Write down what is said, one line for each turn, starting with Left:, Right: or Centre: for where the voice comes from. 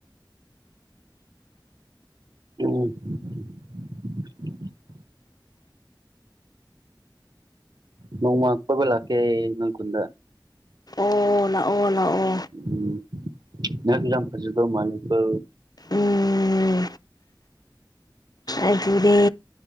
Right: <inaudible> ꯅꯣꯡꯃ ꯀꯣꯏꯕ ꯂꯥꯛꯀꯦ ꯅꯣꯏ ꯈꯨꯟꯗ
Left: ꯑꯣ ꯂꯥꯛꯑꯣ ꯂꯥꯛꯑꯣ
Right: ꯎꯝ ꯅꯪ ꯌꯥꯝ ꯐꯖꯗꯩ ꯃꯥꯟꯂꯤꯀꯣ
Left: ꯎꯝ ꯑꯗꯨꯔꯦ